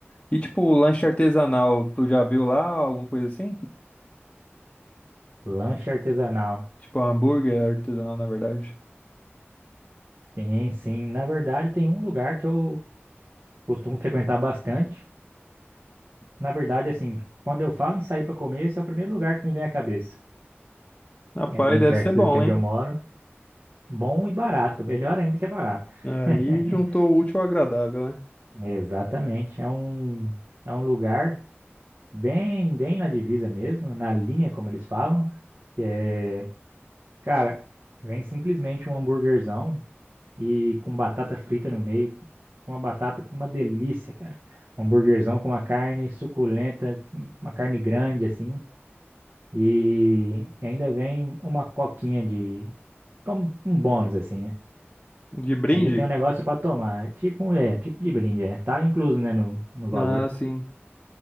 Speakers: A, on the left (about 20°); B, on the right (about 55°).
A: E tipo, lanche artesanal, tu já viu lá alguma coisa assim?
B: Lanche artesanal.
A: Tipo, hambúrguer artesanal, na verdade.
B: Sim, sim. Na verdade, tem um lugar que eu costumo frequentar bastante. Na verdade, assim, quando eu falo em sair para comer, esse é o primeiro lugar que me vem à cabeça.
A: Rapaz,
B: É bem
A: deve
B: perto
A: ser bom,
B: daqui onde
A: hein?
B: eu moro. Bom e barato, melhor ainda que é barato. <laughs>
A: Aí juntou o útil ao agradável, né?
B: Exatamente, é um, é um lugar bem, bem na divisa mesmo, na linha, como eles falam. que É, cara, vem simplesmente um hambúrguerzão e com batata frita no meio, uma batata com uma delícia, cara. Um hambúrguerzão com uma carne suculenta, uma carne grande assim, e, e ainda vem uma coquinha de, como um bônus assim,
A: De brinde?
B: Ainda tem um negócio pra tomar. É Tipo, um- é, tipo de brinde, é. Tá incluso, né, no, no valor.
A: Ah, sim.